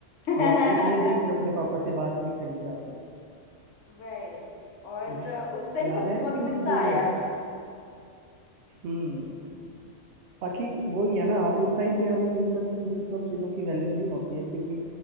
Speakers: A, on the left (about 90°); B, on the right (about 70°).
A: <laughs>
B: और आप कितने दिन फिर अपने पापा से बात नहीं करी थी आपने
A: वही और
B: याद
A: अ, उस टाइम
B: याद
A: तो
B: है
A: बहुत
B: कि
A: गुस्सा
B: नहीं भूल
A: आया
B: गए
A: था
B: हम्म बाकी वही है ना उस टाइम पे हमें इन सब इन सब चीज़ों की वैल्यू नहीं होती है क्योंकि